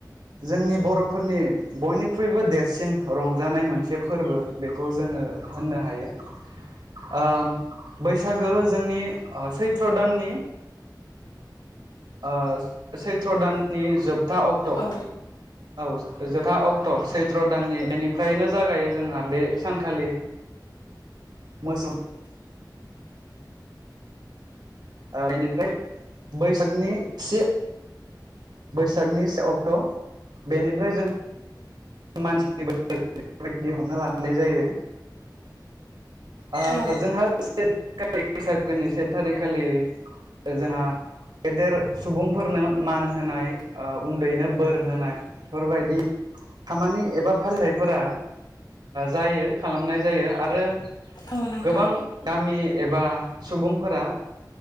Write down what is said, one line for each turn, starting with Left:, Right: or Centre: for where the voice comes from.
Right: जोंनि बर'फोरनि बयनिख्रुइबो देरसिन रंजानाय मोनसे फोरबो बेखौ जोङो ओ होननो हायो। आ बैसागो जोंनि अ सैत्र' दाननि ओ सैत्र' दाननि जोबथा अक्ट'
Left: औ
Right: औ जोबथा अक्ट' सैत्र' दाननि बेनिफ्रायनो जागायो जोंहा बे सानखालि मोसौ ओ बेनिफ्राय बैसागनि से बैसागनि से अक्ट' बेनिफ्राय जों मानसिनि <unintelligible> हरना लानाय जायो ओ
Left: औ
Right: जोंहा <unintelligible> बैसागोनि से थारिख खालि जोंहा गेदेर सुबुंफोरनो मान होनाय ओ उन्दैनो बोर होनाय बेफोरबायदि खामानि एबा फालिथाइफोरा जायो खालामनाय जायो आरो
Left: औ नोंथां
Right: गोबां गामि एबा सुबुंफोरा